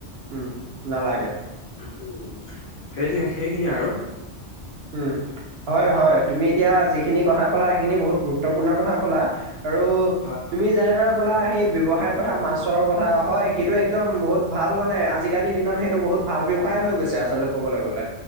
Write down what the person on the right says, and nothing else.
উম, নালাগে
উম হয় হয় তুমি এতিয়া যিখিনি কথা ক'লা সেইখিনি বহুত গুৰুত্বপূৰ্ণ কথা ক'লা আৰু
তুমি যেনেদৰে ক'লা সেই ব্যৱসায়ৰ কথা, মাছৰ কথা হয় সেইটো একদম বহুত ভাল মানে আজিকালিৰ দিনত সেইটো বহুত ভাল ব্যৱসায় হৈ গৈছে আঁচলতে ক'বলে গ'লে,